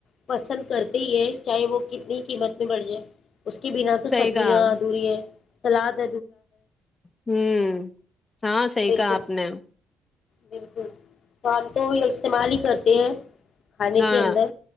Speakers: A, on the left; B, on the left.
A: پسند کرتے ہے چاہے وہ کتنی قیمت میں بڑھ جائے اس کے بنا تو
B: صحیح
A: سبزیاں
B: کہا
A: ادھوری ہے سلاحد
B: ہوں ہاں صحی
A: بالکل
B: کہا آپ نے
A: بالکل تو آپ تو استعمال ہی کرتے ہیں کھانے
B: ہاں
A: کے اندر